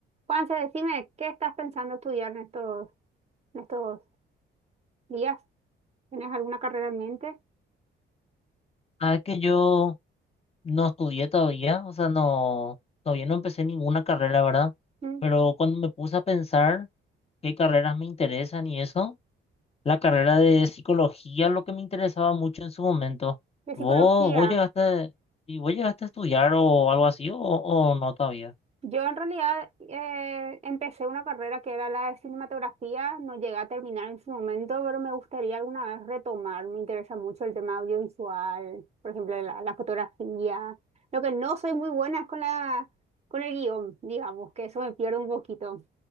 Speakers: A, on the right; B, on the left.
A: Juanse, decime, ¿qué estás pensando estudiar en estos, en estos días? ¿Tienes alguna carrera en mente?
B: Sabes que yo no estudié todavía, o sea, no, todavía no empecé ninguna carrera, ¿verdad?
A: ¿Mm?
B: Pero cuando me puse a pensar qué carreras me interesan y eso, la carrera de psicología es lo que me interesaba mucho en su momento.
A: De
B: ¿Vos,
A: psicología.
B: vos llegaste, y vos llegaste a estudiar o algo así, o, o no todavía?
A: Yo en realidad eh, empecé una carrera que era la de cinematografía, no llegué a terminar en su momento, pero me gustaría alguna vez retomar. Me interesa mucho el tema audiovisual, por ejemplo, la, la fotografía. Lo que no soy muy buena es con la, con el guión, digamos, que eso me pierdo un poquito.